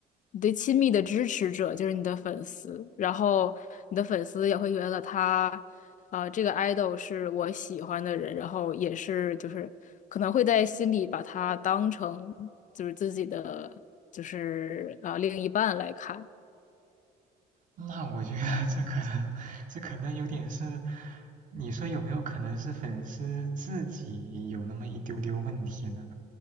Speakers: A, on the left; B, on the right.
A: 你最亲密的支持者就是你的粉丝，然后你的粉丝也会觉得他，呃，这个 idol 是我喜欢的人，然后也是就是可能会在心里把他当成就是自己的就是呃另一半来看。
B: 那我觉得这可能这可能有点是，你说有没有可能是粉丝自己有那么一丢丢问题呢？